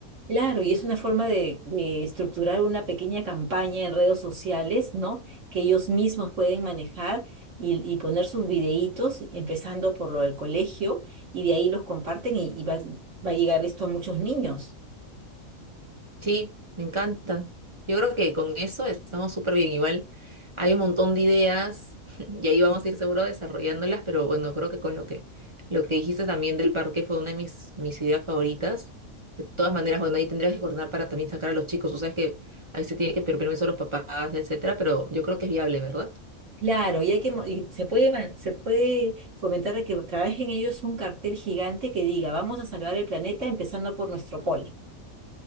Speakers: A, on the right (about 60°); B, on the right (about 30°).
A: Claro, y es una forma de, de estructurar una pequeña campaña en redes sociales, ¿no? Que ellos mismos pueden manejar y, y poner sus videitos, empezando por lo del colegio, y de ahí los comparten y, y va, va a llegar esto a muchos niños.
B: Sí, me encanta. Yo creo que con eso estamos súper bien. Igual hay un montón de ideas <laughs> y ahí vamos a ir seguro desarrollándolas, pero bueno, creo que con lo que, lo que dijiste también del parque fue una de mis, mis ideas favoritas. De todas maneras, bueno, ahí tendrías que coordinar para también sacar a los chicos. Tú sabes que ahí se tiene que pedir permiso a los papás, etcétera, pero yo creo que es viable, ¿verdad?
A: Claro, y hay que, mo- y se puede, man- se puede fomentar a que trabajen ellos un cartel gigante que diga, vamos a salvar el planeta empezando por nuestro cole,